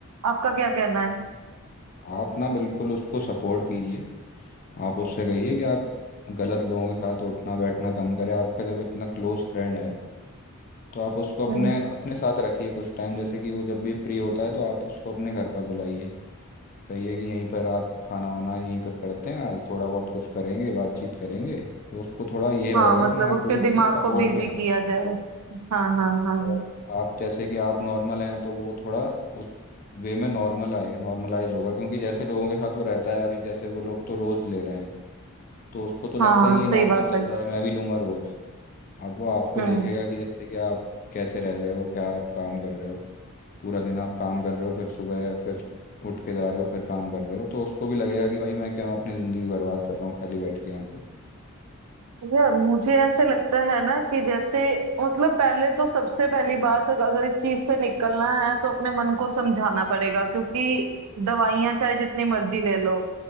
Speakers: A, on the right; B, on the left.
A: आपका क्या कहना है
B: आप ना बिल्कुल उसको सपोर्ट कीजिए आप उससे कहिए कि आप गलत लोगों के साथ उठना बैठना कम करें आपका जब इतना क्लोज फ्रेंड है तो आप उसको अपने
A: हम्म
B: अपने साथ रखिए कुछ टाइम जैसे कि वो जब भी फ्री होता है तो आप उसको अपने घर पर बुलाइए कहिए कि यहीं पर आप खाना वाना यहीं पर करते हैं आज थोड़ा बहुत कुछ करेंगे बातचीत करेंगे तो उसको थोड़ा ये रहेगा
A: हाँ मतलब
B: कि हाँ
A: उसके
B: कोई
A: दिमाग
B: मेरे सपोर्ट
A: को बिजी
B: में है
A: किया जाए हाँ हाँ हाँ
B: और आप जैसे कि आप नॉर्मल हैं तो वो थोड़ा उस वे में नॉर्मल आए नॉर्मलाइज होगा क्योंकि जैसे लोगों के साथ वो रहता है अभी जैसे वो लोग तो रोज ले रहे हैं तो उसको तो लगता
A: हाँ
B: है कि
A: सही
B: ये नॉर्मल
A: बात
B: चल
A: है
B: रहा है मैं भी लूंगा रोज अब वो आपको
A: हम्म
B: देखेगा कि जैसे कि आप कैसे रह रहे हो क्या आप काम कर रहे हो पूरा दिन आप काम कर रहे हो फिर सुबह फिर उठ के जा रहे हो फिर काम कर रहे हो तो उसको भी लगेगा कि भाई मैं क्यों अपनी ज़िंदगी बर्बाद कर रहा हूँ खाली बैठ के यहाँ पे
A: यार मुझे ऐसे लगता है ना कि जैसे मतलब पहले तो सबसे पहली बात अगर इस चीज से निकलना है तो अपने मन को समझाना पड़ेगा क्योंकि दवाइयां चाहे जितनी मर्जी ले लो